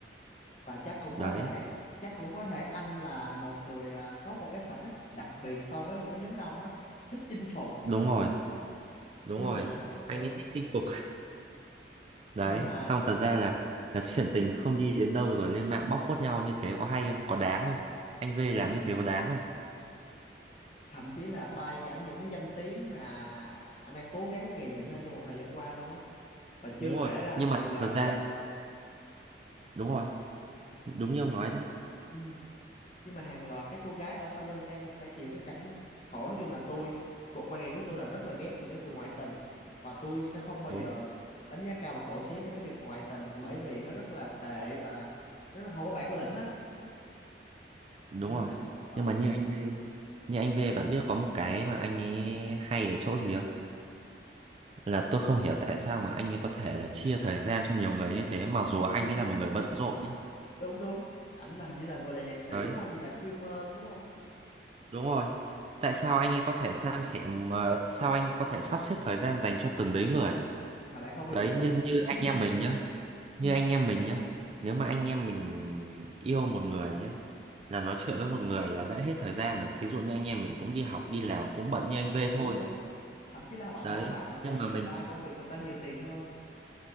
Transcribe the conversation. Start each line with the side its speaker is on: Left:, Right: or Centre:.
Left: và chắc cũng
Right: Đấy,
Left: có thể chắc cũng có thể anh là một người à, có một cái sở thích đặc biệt so với một cái nhóm đông á thích chinh phục
Right: đúng rồi. đúng
Left: nhưng
Right: rồi
Left: mà lại
Right: anh
Left: ờ
Right: ấy thích chinh phục đấy
Left: nhưng mà
Right: xong thật ra là là chuyện tình không đi đến đâu rồi lên mạng bóc phốt nhau như thế có hay không có đáng không anh V làm
Left: họ-
Right: như thế có đáng không
Left: thậm chí là bay cả những cái danh tiếng mà anh đang cố gắng gầy dựng nên trong một thời gian qua luôn á và chưa
Right: đúng
Left: kể
Right: rồi
Left: là
Right: nhưng
Left: hàng
Right: mà
Left: loạt
Right: thật ra đúng rồi đúng như ông
Left: nhưng
Right: nói đấy
Left: ừ, nhưng mà hàng loạt các cô gái ở sau lưng đang phải chịu cái cảnh khổ nói chung là tôi cuộc quan điểm của tôi là rất là ghét về cái sự ngoại tình và tôi sẽ không bao
Right: đúng
Left: giờ đánh giá cao và cổ suý cho cái việc ngoại tình bởi vì nó rất là tệ và nó rất không có bản lĩnh á
Right: đúng
Left: cho nên
Right: rồi
Left: là ờ
Right: nhưng mà như anh V như anh V bạn biết có một cái mà anh ấy hay ở chỗ gì không là tôi không hiểu tại sao mà anh ấy có thể là chia thời gian cho nhiều người như thế mặc dù anh
Left: <laughs>
Right: ấy là một người bận rộn nhá
Left: đúng đúng ảnh là hình như là vừa là nhạc sĩ
Right: đấy
Left: đúng không vừa là streamer luôn đúng không
Right: Đúng rồi. Tại sao anh ấy có thể san sẻ mà sao anh ấy có thể sắp xếp thời gian dành cho từng đấy người?
Left: mà lại không bị
Right: Đấy,
Left: đụng lịch
Right: như, như
Left: <laughs>
Right: anh em mình nhá,
Left: ừ,
Right: như anh em mình nhá. Nếu mà anh em mình yêu một người nhá, là nói chuyện với một người là đã hết thời gian rồi. Thí dụ như anh em mình cũng đi học, đi làm, cũng bận như anh V
Left: đúng
Right: thôi.
Left: đúng thậm chí là bạn
Right: Đấy,
Left: không bằng tại
Right: nhưng
Left: vì
Right: mà mình
Left: người ta công việc người ta nhiều tiền hơn